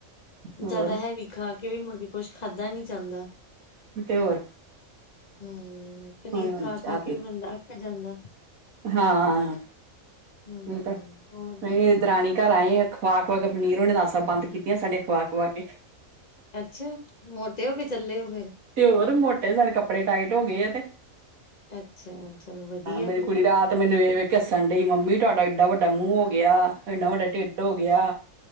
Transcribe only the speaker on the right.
ਹੋਰ
ਤੇ ਔਰ
ਹੁਣ
ਚਾਹ
ਪੀਤੀ
ਹਾਂ,
ਇਹ ਤਾ
ਹੈ ਦਰਾਨੀ। ਘਰ ਆਏ ਖਵਾ ਖਵਾ ਕੇ ਪਨੀਰ ਏ ਨਾਸਾਂ ਬੰਦ ਕੀਤੀਆਂ ਸਾਡੇ ਖੁਵਾ ਖਵਾ ਕੇ।
ਤੇ ਔਰ ਮੋਟੇ ਨਾਲ ਕੱਪੜੇ ਟਾਈਟ ਹੋ ਗਏ ਆ ਤੇ।
ਮੇਰੀ ਕੁੜੀ
ਰਾਤ ਮੈਨੂੰ ਵੇਖ ਵੇਖ ਹਸਂਨ ਡਈ ਮੰਮੀ ਤੁਹਾਡਾ ਏਡਾ ਵੱਡਾ ਮੂੰਹ ਹੋ ਗਿਆ ਏਡਾ ਵੱਡਾ ਢਿੱਡ ਹੋ ਗਿਆ,